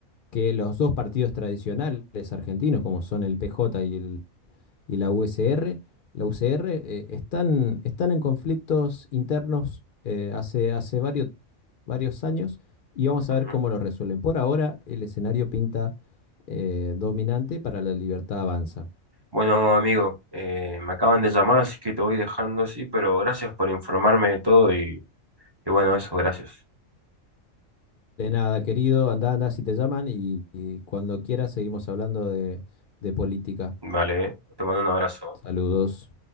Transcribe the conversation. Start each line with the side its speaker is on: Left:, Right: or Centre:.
Left: que los dos partidos tradicionales argentinos, como son el PJ y el, y la USR, la UCR, eh, están, están en conflictos internos eh, hace, hace varios, varios años y vamos
Right: Ujú.
Left: a ver cómo lo resuelven. Por ahora, el escenario pinta eh, dominante para la libertad avanza.
Right: Bueno, amigo, eh, me acaban de llamar, así que te voy dejando así, pero gracias por informarme de todo y, y bueno, eso, gracias.
Left: De nada, querido, anda, anda si te llaman y, y cuando quieras seguimos hablando de, de política.
Right: Vale, te mando un abrazo.
Left: Saludos.